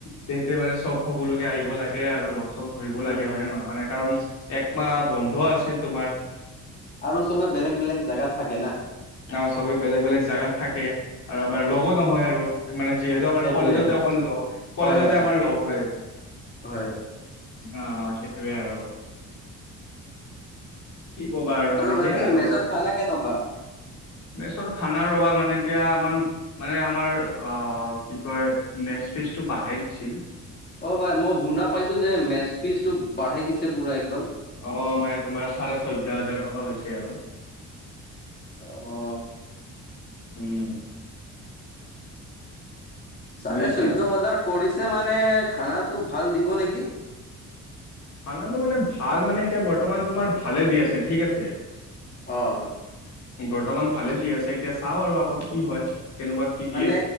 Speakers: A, on the left; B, on the left.
A: তেতে মানে চব সকলোকে আহিব লাগে আৰু লগ চক ধৰিব
B: উম
A: লাগে হয় নে নহয় মানে কাৰণ একমাহ বন্ধ আছিল তোমাৰ
B: আৰু চবে বেলেগ - বেলেগ জাগাত থাকে না।
A: অ, চবে বেলেগ - বেলেগ জাগাত থাকে। আৰু আমাৰ
B: অ
A: লগো নহয় আৰু মানে যিহেতু আমাৰ
B: সেইটোয়ে
A: কলেজতে অকল লগ কলেজতে
B: হয় হয়
A: আমাৰ লগ হয়।
B: হয়।
A: অঁ সেইটোৱে আৰু। কি কবা আৰু মানে
B: বাকী
A: সেয়াই আৰু
B: মেচৰ খানা কেনেকুৱা
A: বেছত খানা ৰ'বা মানে এতিয়া আমান মানে আমাৰ অ, কি কয় মেচ ফিচটো বাধাই দিছিল।
B: অ, ভাই মই শুনা পাইছো যে মেচ ফিজটো বাঢ়াই দিছে পুৰা একদম?
A: অ মানে তোমাৰ চাৰে চৈধ্য হাজাৰ টকা হৈছে আৰু।
B: অ',
A: উম,
B: চাৰে
A: বুজিছা
B: চৈধ্যহাজাৰ কৰিছে মানে খানাটো ভাল দিব নেকি?
A: খানাটো মানে ভাল মানে এতিয়া বৰ্তমান তোমাৰ ভালে দি আছে ঠিক আছে।
B: অ',
A: বৰ্তমান ভালে দি আছে এতিয়া চাও আৰু আগত কি হয় কেনেকুৱা কি দিয়ে
B: মানে